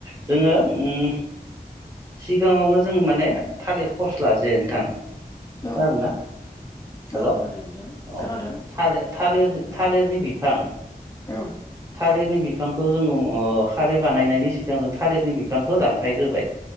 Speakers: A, on the right; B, on the left.
A: जोङो उम सिगाङावनो जों माने थालिर फस्ला जे नोंथां
B: औ
A: खोनादोंना हेल'
B: औ खोनादों नोंथां
A: अ
B: खोनादों?
A: थालिर थालिर थालिरनि बिफां
B: औ
A: थालिरनि बिफांखौ जोङो अ खारै बानायनायनि सिगां जों थालिरनि बिफांखौ दानफायग्रोबाय।